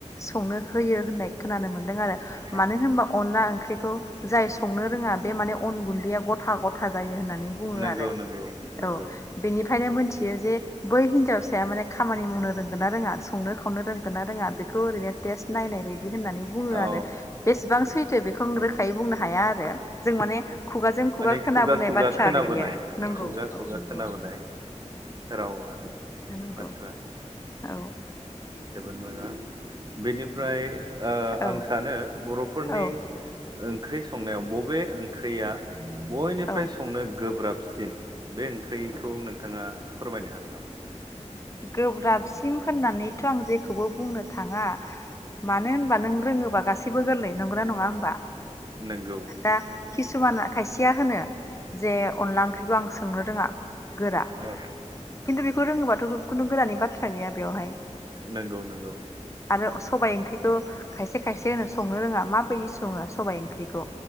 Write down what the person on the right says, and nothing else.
औ
नंगौ
नंगौ नंगौ
औ
माने
खुगा
खोनाबोनाय
खुगा
खुगा
खोनाबोनाय राव आरो।
बाथ्रा
जोबोद मोजां बेनिफ्राय ओ
आं सानो बर'फोरनि
ओंख्रि संनायाव बबे ओंख्रैया बयनिफ्राय
संनो गोब्राब सिन बे ओंख्रिखौ नोंथाङा फोरमायनो हागोन नामा?
नंगौ
औ
नंगौ नंगौ